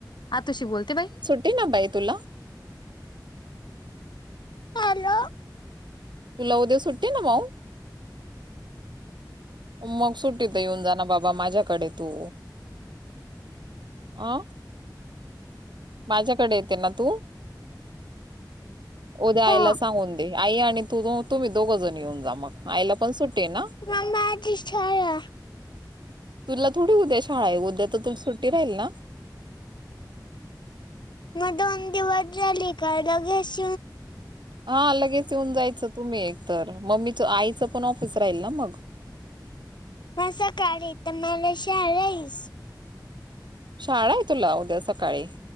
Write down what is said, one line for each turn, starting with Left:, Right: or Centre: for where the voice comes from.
Left: आतुशी बोलते बाई
Right: ते ना बाई तुला
Left: हॅलो
Right: तुला उद्या सुट्टे ना मऊ मग सुट्टीत येऊन जाना बाबा माझ्याकडे तू अ माझ्याकडे येते ना तू उद्या
Left: हो
Right: आईला सांगून दे आई आणि तुझ तुम्ही दोघ जण येऊन जा मग आयला पण सुट्टे ना
Left: मग माझी शाळा
Right: तुला थोडी उद्या शाळा आहे उद्या तर तु सुट्टी राहील ना
Left: मग दोन दि वड राली काळ द घेश
Right: हा लगेच येऊन जायचं तुम्ही एक तरर मम्मीच आईचं पण ऑफिस राहील ना मग
Left: म सकाळी तर मला श आस
Right: शाळा आहे तुला उद्या सकाळी